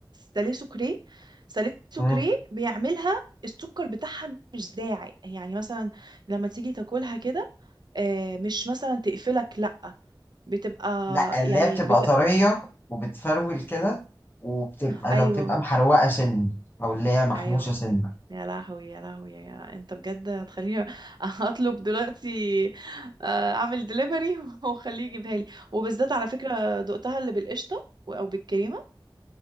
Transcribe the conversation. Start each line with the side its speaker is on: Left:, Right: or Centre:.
Right: سالي سكري سالي سكري
Left: مم.
Right: بيعملها السكر بتاعها مش زاعي يعني مثلا لما تيجي تاكلها كده آه، مش مثلا تقفلك لا بتبقى
Left: لأ اللي
Right: يعني
Left: هي بتبقى
Right: بت...
Left: طرية وبتفرول كده وبتبقى
Right: ايوه
Left: لو تبقى محروقة سن أو اللي هي محموشة
Right: ايوه
Left: سن
Right: يا لهوي يا لهوي يا انت بجد هتخليني <laughs> اطلب دلوقتي آه، اعمل دليفري <laughs> وخليه يجيبها لي وبالذات على فكرة دقتها اللي بالقشطة و- او بالكريمة